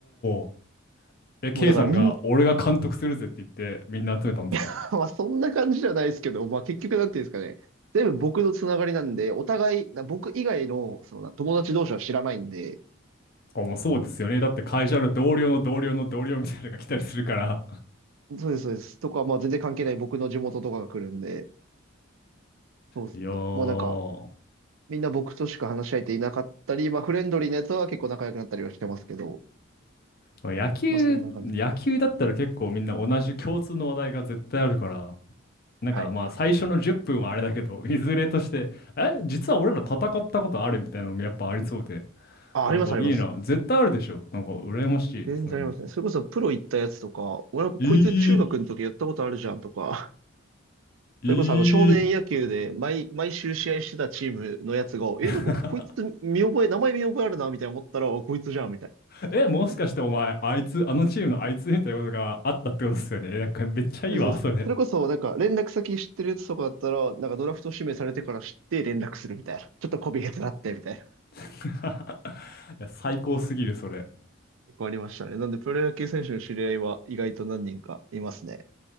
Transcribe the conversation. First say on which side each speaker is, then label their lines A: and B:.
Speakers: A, on the left; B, on the right.
A: お。え、K
B: もうだからみんな
A: さんが、俺が監督するぜって言って、みんな集めたんですか
B: <laughs> はそんな感じじゃないですけど、まあ結局なんていうんですかね、全部僕のつながりなんで、お互い、な僕以外のその友達同士は知らないんで、
A: あ、まあそうですよね。だって会社の同僚の同僚の同僚みたいなのが来たりするから。
B: そうです、そうです。とか、まあ全然関係ない僕の地元とかが来るんで、そうですね。
A: いやー、
B: もうなんか、みんな僕としか話し合えていなかったり、まあフレンドリーなやつは結構仲良くなったりはしてますけど、
A: まあ野球、
B: まあそんな感じ。
A: 野球だったら結構みんな同じ共通の話題が絶対あるから、なんかまあ最初の10分はあれだけど、
B: はい。
A: <laughs> いずれとして、え、実は俺ら戦ったことあるみたいなのもやっぱありそうで、
B: あ、
A: なんかいいな、
B: あります、あります。
A: 絶対あるでしょ。なんか羨ましい、
B: 全然ありますね。
A: そういうの。
B: それこそプロ行ったやつとか、俺なんかこいつ中学の時やったことあるじゃんとか、
A: いい、
B: <laughs>
A: いい。
B: それこそあの少年野球で毎、毎週試合してたチームのやつが、
A: <laughs>
B: え、なんかこいつ見覚え、名前見覚えあるな、みたいな思ったら、あこいつじゃん、みたい
A: え、もしかしてお前、あいつ、あのチームのあいつみたいなことがあったってことですよね。なんかめっちゃいいわ、
B: な。です。
A: それ。
B: それこそなんか連絡先知ってるやつとかだったら、なんかドラフト指名されてから知って連絡するみたいな。ちょっとこびへつなって、みたいな。
A: <laughs> いや、最高すぎる、それ。
B: 結構ありましたね。なんでプロ野球選手の知り合いは意外と何人かいますね。